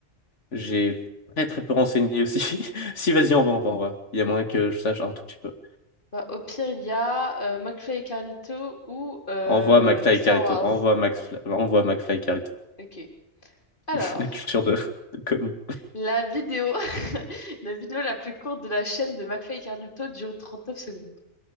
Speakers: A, on the left; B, on the left.
A: J'ai très très peu renseigné aussi. <laughs> Si, vas-y, envoie, envoie, envoie. Il y a moyen que je sache un tout petit peu.
B: Bah, au pire, il y a euh, McFly et Carlito ou euh,
A: Envoie McFly
B: Star
A: et Carlito.
B: Wars.
A: Envoie Max, envoie McFly et Carlito.
B: Ok. Alors,
A: <laughs> La culture de, de com.
B: la vidéo... <laughs> la vidéo la plus courte de la chaîne de McFly et Carlito dure trente-neuf secondes.